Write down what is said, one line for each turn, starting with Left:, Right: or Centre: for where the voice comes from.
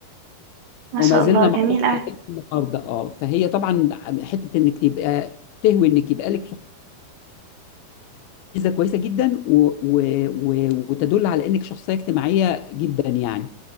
Right: ما
Left: وما
Right: شاء
Left: زلنا
Right: الله
Left: مع
Right: جميل
Left: بعض
Right: أوي
Left: لغايه النهارده اه فهي طبعا حته انك تبقى تهوي انك يبقى لك صحاب ميزه كويسه جدا و... و... و... وتدل على انك شخصيه اجتماعيه جدا يعني